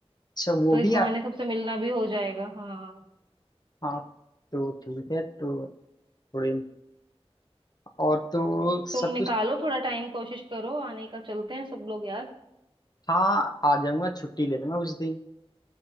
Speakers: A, on the left (about 40°); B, on the right (about 50°).
A: अच्छा वो
B: तो इस
A: भी
B: बहाने
A: आ
B: सबसे मिलना भी हो जाएगा हाँ
A: हाँ तो ठीक है तो थोड़े और तो सब
B: तुम
A: कुछ
B: निकालो थोड़ा टाइम कोशिश करो आने का चलते हैं सब लोग यार
A: हाँ आ जाऊँगा छुट्टी ले लूँगा उस दिन